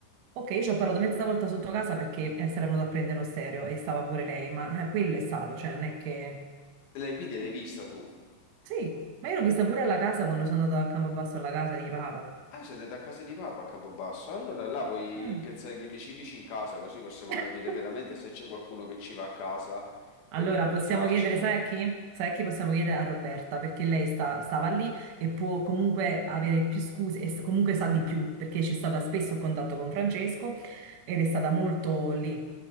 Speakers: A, on the right (about 80°); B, on the left (about 70°).
A: ok, io ci ho parlato mezza volta sotto casa perché eh, si era venuto a prendere uno stereo e stava pure lei, ma eh, quello è stato, cioè non è che...
B: Lei- Quindi l'hai vista tu?
A: Sì, ma io l'ho vista pure alla casa quando sono andata a Campobasso alla casa di Papa.
B: Ah, se andate a casa di Papa a Campobasso, allora là puoi
A: Ah.
B: impiazzare gli cimici in casa, così possiamo
A: <laughs>
B: capire veramente se c'è qualcuno che ci va a casa per
A: Allora,
B: organizzarci.
A: possiamo chiedere, sai a chi? Sai a chi possiamo chiedere? A Roberta, perché lei sta- stava lì e può comunque avere più scuse e s- comunque sa di più, perché c'è stata spesso a contatto con Francesco ed è stata molto lì.